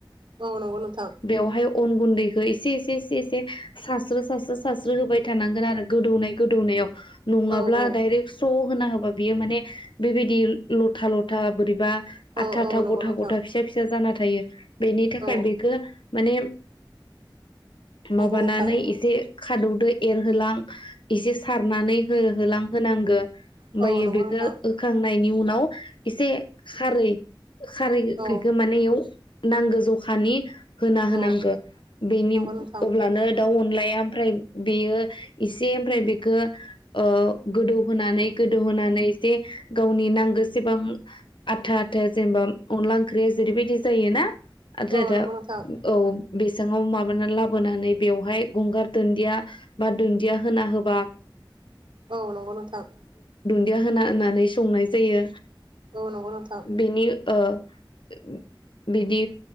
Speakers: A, on the right; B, on the left.
A: औ नंगौ नोंथां
B: बेवहाय अन गुन्दैखौ एसे एसे एसे एसे सासस्रो सास्रो सासस्रो होबाय थानांगोन आरो गोदौनाय गोदौनायाव नंङाब्ला
A: औ औ
B: दायरेक स' होना होबा बियो माने बेबायदि बिदि लथा लथा बोरैबा
A: औ
B: आथा
A: औ
B: आथा
A: नंगौ
B: गथा
A: नोंथां
B: गथा फिसा फिसा जाना थायो। बेनि थाखाय
A: औ
B: बेखौ माने
A: नंगौ
B: माबानानै
A: नोंथां
B: एसे खादौदो एरहोलां इसे सारनानै होहोलां होनांगो ओमफ्रायो
A: औ नंगौ
B: बेखौ
A: नोंथां
B: होखांनायनि उनाव एसे खारै खारै
A: औ
B: गखो माने इयाव नांगौ जखानि होना
A: औ
B: होनांगौ बेनि
A: नंगौ नोंथां
B: अब्लानो दाउ अनलाया ओमफ्राय बेयो इसे ओमफ्राय बेखौ ओ गोदौ होनोनानै गोदौहोनानै जे गावनि नांगोसेबां आथा आथा जेनेबा अनला ओंख्रिया जेरै बायदि जायो
A: औ नंगौ नोंथां
B: औ‌ बेस बिङाव माबा लाबोनानै बेवहाय गंगार दुन्दिया बा दुन्दिया होना होबा
A: औ नंगौ नोंथां
B: बिदि होना होननानै संनाय जायो
A: औ नंगौ नोंथां
B: बेनि ओ <unintelligible> बिदि